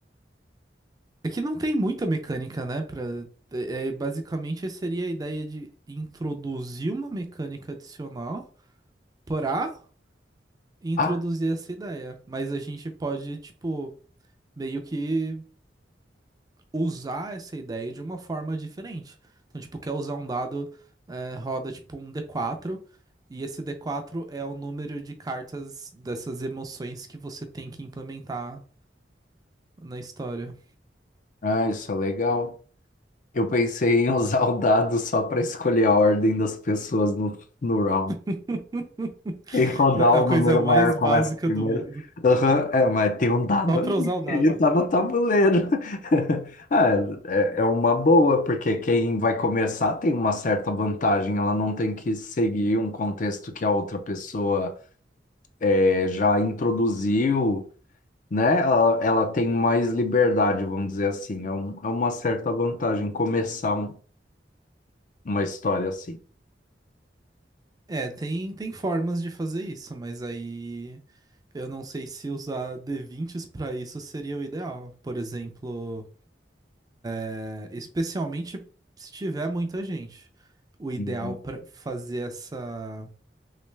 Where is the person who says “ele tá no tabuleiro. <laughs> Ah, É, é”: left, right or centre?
Left